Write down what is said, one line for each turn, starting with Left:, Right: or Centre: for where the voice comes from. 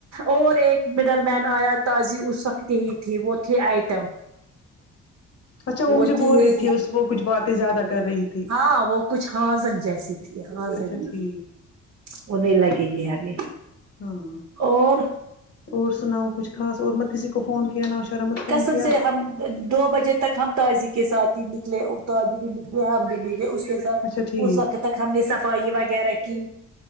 Right: اور ایک مڈل مین آیا تازی اس وقت یہی تھی وہ تھی آئٹم
Left: اچھا
Right: وہ
Left: مجھے
Right: تھی
Left: بول رہی
Right: یہ
Left: اس وہ کچھ باتیں زیادہ کر رہی تھی
Right: ہاں وہ کچھ ہاں زن جیسی ہاں ز
Left: اچھا
Right: ان
Left: ٹھیک
Right: وہ نہیں لگے گی ہمیں
Left: ہاں
Right: اور
Left: اور سناؤ کچھ خاص اور مت کسی کو فون کیا نہ شرا مت فون
Right: کسب
Left: کیا
Right: سے ہم دو دو بجے تک ہم تازی کے ساتھ ہی نکلے تازی بھی نکلے ہم بھی نکلے اس س
Left: اچھا ٹھیک
Right: اس وقت تک ہم نے صفائی وغیرہ کی